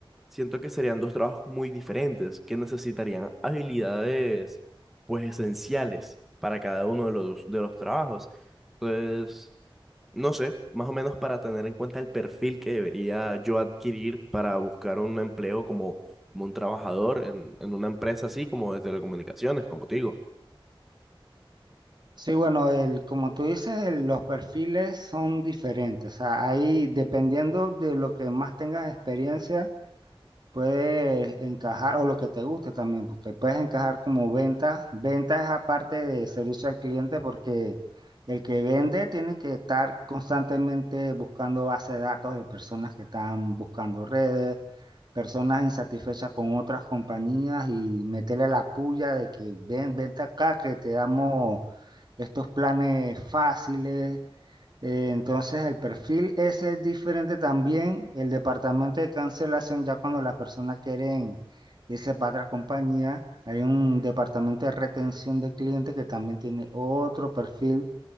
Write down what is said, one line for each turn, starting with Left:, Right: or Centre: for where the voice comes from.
Centre: siento que serían dos trabajos muy diferentes, que necesitarían habilidades pues esenciales para cada uno de los, de los trabajos. Entonces, no sé, más o menos para tener en cuenta el perfil que debería yo adquirir para buscar un empleo como, como un trabajador en, en una empresa así como de telecomunicaciones, como te digo.
Right: Sí, bueno, el, como tú dices, el- los perfiles son diferentes, o sea, ahí dependiendo de lo que más tengas experiencia. Puedes encajar, o lo que te guste también, porque puedes encajar como venta. Venta es aparte de servicio al cliente, porque el que vende tiene que estar constantemente buscando base de datos de personas que están buscando redes, personas insatisfechas con otras compañías y meterle la puya de que ven, vente acá, que te damos estos planes fáciles eh, entonces el perfil ese es diferente también. El departamento de cancelación, ya cuando las personas quieren irse para otra compañía, hay un departamento de retención de clientes que también tiene otro perfil